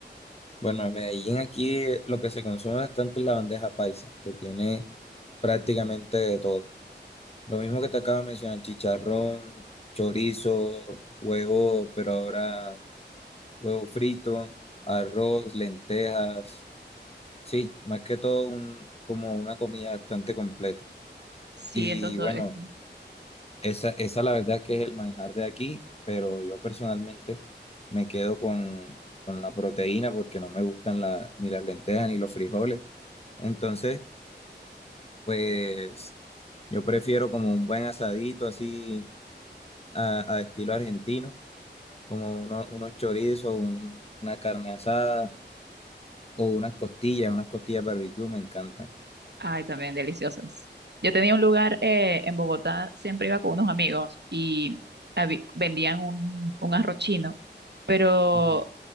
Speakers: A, on the left; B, on the right.
A: Bueno, en Medellín aquí eh, lo que se consume bastante es la bandeja paisa, que tiene prácticamente de todo. Lo mismo que te acabo de mencionar, chicharrón, chorizo, huevo, pero ahora huevo frito, arroz, lentejas. Sí, más que todo un, como una comida bastante completa.
B: Sí,
A: Y
B: eso, eso,
A: bueno,
B: eso.
A: esa, esa la verdad que es el manjar de aquí, pero yo personalmente me quedo con, con la proteína porque no me gustan la- ni las lentejas ni los frijoles. Entonces, pues yo prefiero como un buen asadito así a a estilo argentino como uno- unos chorizos, un- una carne asada o unas costillas, unas costillas barbecue me encantan.
B: Ay, también deliciosas. Yo tenía un lugar eh, en Bogotá, siempre iba con unos amigos y habi- vendían un, un arroz chino, pero
A: Ujú,